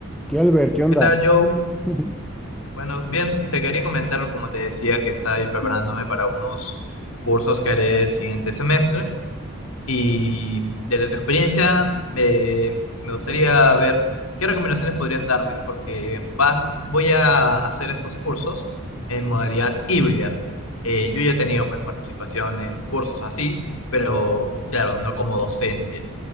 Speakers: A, in the centre; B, on the left (about 75°).
A: ¿Qué Albert? ¿Qué onda?
B: ¿Qué tal, Joe?
A: <laughs>
B: Bueno, bien, te quería comentar, como te decía, que estoy preparándome para unos cursos que haré el siguiente semestre y desde tu experiencia eh, me gustaría ver qué recomendaciones podrías darme porque vas, voy a hacer estos cursos en modalidad híbrida. Eh, yo ya he tenido pues, participación en cursos así, pero claro, no como docente.